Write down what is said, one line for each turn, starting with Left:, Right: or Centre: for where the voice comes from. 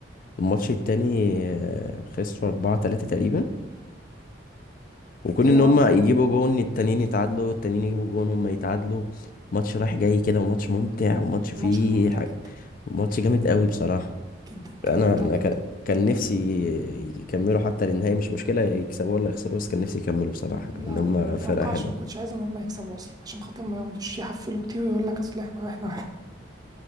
Left: الماتش التاني آه، خسروا 4 3 تقريبا وكون
Right: ايه
Left: ان
Right: اه
Left: هم يجيبوا جون التانيين يتعادلوا التانيين يجيبوا جون هم يتعادلوا ماتش رايح جاي كده وماتش ممتع وماتش
Right: الماتش
Left: فيه
Right: كان ممتع
Left: ح...
Right: جدا
Left: ماتش جامد قوي بصراحة
Right: جدا كان
Left: انا
Right: ممتع
Left: انا
Right: جدا
Left: كان كان نفسي يكملوا حتى للنهاية مش مشكلة يكسبوا ولا يخسروا بس كان نفسي يكملوا بصراحة
Right: لا
Left: ان هم
Right: لا ما توقعش
Left: فرقة حلوة
Right: ما كنتش عايز ان هم يكسبوا اصلا عشان خاطر ما يقعدوش يحفلوا كتير ويقول لك اصل احنا واحنا واحنا